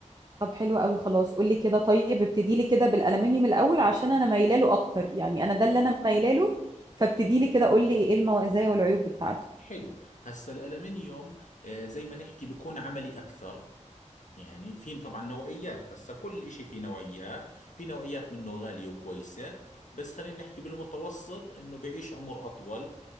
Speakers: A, on the right (about 35°); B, on the left (about 75°).
A: طب حلو قوي خلاص قولي كده طيب ابتدي لي كده بالالومنيوم الاول
B: اه
A: عشان انا مايله له اكتر يعني انا ده اللي
B: اه
A: انا مايله له فابتدي لي كده قولي ايه المزايا والعيوب بتاعته
B: حلو هسا الألمنيوم آه زي ما نحكي بيكون عملي أكثر يعني في طبعا نوعيات هسا كل إشي فيه نوعيات في نوعيات منه غالية وكويسة بس خلينا نحكي بالمتوسط إنه بيعيش عمر أطول